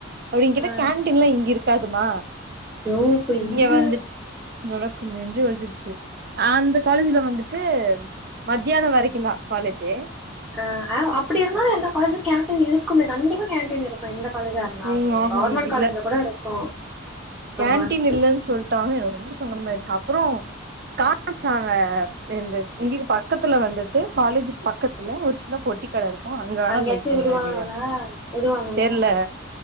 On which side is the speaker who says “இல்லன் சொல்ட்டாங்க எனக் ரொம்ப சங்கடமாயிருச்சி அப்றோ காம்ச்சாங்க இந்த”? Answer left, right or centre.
Right